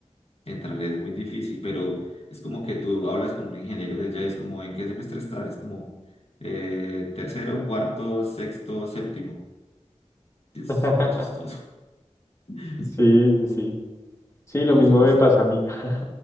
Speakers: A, on the left (about 60°); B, on the left (about 25°).
A: Entrar es muy difícil, pero es como que tú hablas con un ingeniero de allá y es como, ¿en qué semestre estás? Es como eh, tercero, cuarto, sexto, séptimo. Es
B: <laughs>
A: súper chistoso, <laughs>
B: Sí, sí, sí. Sí,
A: pero
B: lo mismo
A: sí, no
B: me
A: sé.
B: pasa a mí. <laughs>